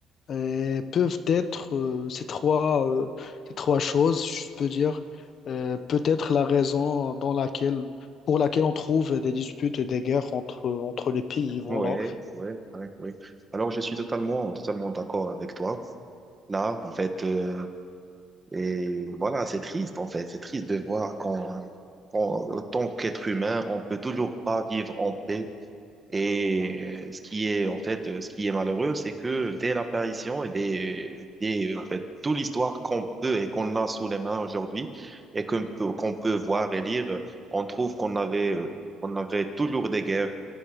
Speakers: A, on the left (about 50°); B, on the right (about 15°).
A: euh, peuvent être euh, ces trois, euh, ces trois choses, je peux dire, euh, peut-être la raison dans laquelle, pour laquelle on trouve des disputes et des guerres entre, entre les pays, voilà.
B: Ouais, ouais, ouais, ouais. Alors, je suis totalement, totalement d'accord avec toi. là, en fait. euh, et voilà, c'est triste, en fait. C'est triste de voir qu'on, qu'on- tant qu'être humain, on peut toujours pas vivre en paix. Et euh, ce qui est, en fait, euh, ce qui est malheureux, c'est que dès l'apparition et des, des, en fait, toute l'histoire qu'on peut et qu'on a sous les mains aujourd'hui et qu'on peut, qu'on peut voir et lire, on trouve qu'on avait, euh, qu'on avait toujours des guerres.